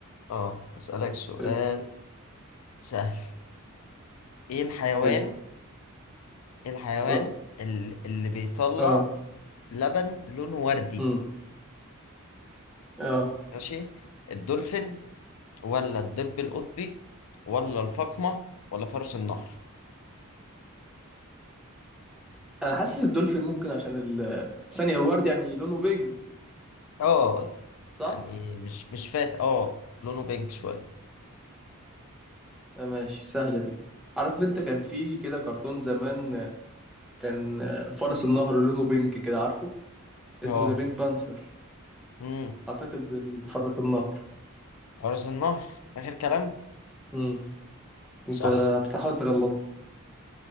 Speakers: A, on the left; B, in the centre.
A: اه اسألك سؤال
B: اسف
A: سهل ايه الحيوان
B: اسف
A: إيه الحيوان
B: اه
A: ال- اللي بيطلع
B: اه
A: لبن لونه وردي
B: مم. اه
A: ماشي الدولفين ولا الدب القطبي ولا الفقمة ولا فرس النهر
B: انا حاسس الدولفين ممكن عشان ال آه، ثانيه الورد يعني لونه بينج
A: اه
B: صح
A: يعني مش مش فات اه لونه بينك شوية
B: آه، ماشي سهله دي عارف انت كان في كده كرتون زمان كان آه، فرس النهر لونه بينك كده عارفه اسمه
A: اه
B: ذا بينك بانسر
A: امم
B: اعتقد ال- فرس النهر
A: فرس النهر آخر كلام
B: امم انت
A: صح
B: بتحاول تغلط